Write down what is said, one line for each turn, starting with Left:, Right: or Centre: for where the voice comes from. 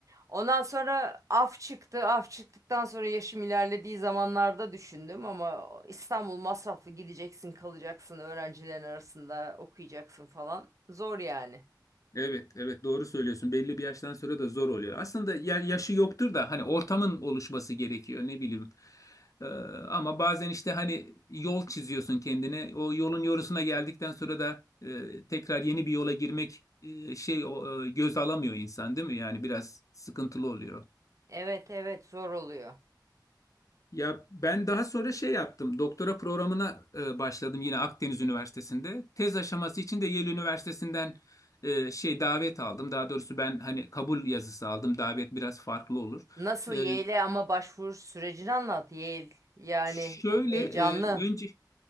Right: Ondan sonra af çıktı. Af çıktıktan sonra yaşım ilerlediği zamanlarda düşündüm ama İstanbul masraflı gideceksin, kalacaksın, öğrencilerin arasında okuyacaksın falan. Zor yani.
Left: Evet, evet doğru söylüyorsun. Belli bir yaştan sonra da zor oluyor. Aslında ya- yaşı yoktur da hani ortamın oluşması gerekiyor ne bileyim. Ee, ama bazen işte hani yol çiziyorsun kendine. O yolun yorusuna geldikten sonra da e, tekrar yeni bir yola girmek e, şey o, e, göz alamıyor insan değil mi? Yani biraz sıkıntılı oluyor.
Right: Evet evet zor oluyor.
Left: Ya ben daha sonra şey yaptım. Doktora programına e, başladım yine Akdeniz Üniversitesi'nde. Tez aşaması için de Yale Üniversitesi'nden e, şey davet aldım. Daha doğrusu ben hani kabul yazısı aldım. Davet biraz farklı olur.
Right: Nasıl
Left: E,
Right: Yale'e ama başvuru sürecini anlat. Yale yani
Left: şöyle
Right: heyecanlı.
Left: e, önce